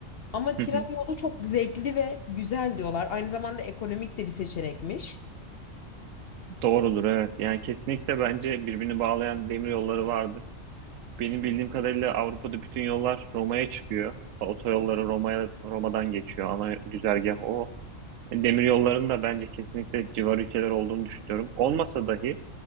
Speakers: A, on the left; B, on the right.
A: Ama tren
B: hı hı.
A: yolu çok zevkli ve güzel diyorlar. Aynı zamanda ekonomik de bir seçenekmiş.
B: Doğrudur evet. Yani kesinlikle bence birbirini bağlayan demir yolları vardır. Benim bildiğim kadarıyla Avrupa'da bütün yollar Roma'ya çıkıyor. Otoyolları Roma'ya Roma'dan geçiyor. Ana güzergah o. E, Demir yollarının da bence kesinlikle civar ülkeler olduğunu düşünüyorum. Olmasa dahi